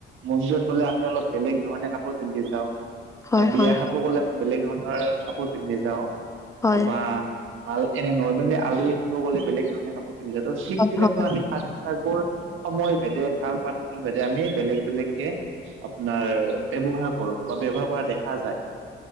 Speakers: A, on the right (about 85°); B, on the left (about 15°).
A: মন্দিৰত গ'লে আমি অলপ বেলেগ ধৰণে কাপোৰ পিন্ধি যাওঁ
B: হয়,
A: বা
B: হয়,
A: বিয়া
B: হয়, হয়,
A: খাব গ'লে বেলেগ ধৰণেৰে কাপোৰ পিন্ধি যাওঁ
B: হয়, হয়,
A: বা আৰু এনে নৰ্মেলি আলহী খাব গলে বেলেগ ধৰণে কাপোৰ পিন্ধি যায়। ত' ঠিক
B: হয়,
A: তেনেকুৱা
B: হয়, হয়, হয়,
A: আমি সাজ পোচাকবোৰ সময় ভেদে কালপাত্ৰ ভেদে আমি বেলেগ বেলেগকে আপোনাৰ ব্যৱহাৰ কৰো বা ব্যৱহাৰ কৰা দেখা যায়।